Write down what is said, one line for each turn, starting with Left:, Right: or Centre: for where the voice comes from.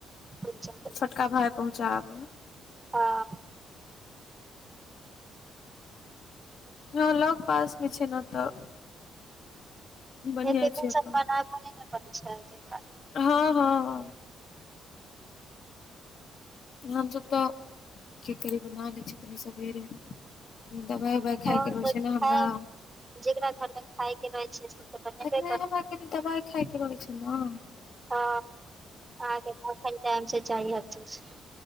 Right: भिनसर
Left: छोटका भाय पहुँचाबे।
Right: हाॅ।
Left: हाॅं लग पास मे छै, न तऽ। बढ़िया
Right: एते
Left: छै
Right: दिनसे
Left: अपन
Right: बनाब नई ने परै छै तई दूआरे।
Left: हाॅं हाॅ। हम सब तऽ की करी बना ले छियै सबेरे दबाइ- बबाई। खायइके
Right: हँ
Left: रहै
Right: तऽ
Left: छै, ने हमरा।
Right: खाय जेकरा घर मे खाय के रहै छै, से। तऽ बनेबे
Left: एखन
Right: करतै
Left: हमरा कनि दबाइ खायके रहै छै न।
Right: हाॅं अहाँके अखन टाइम से चाही हर चीज।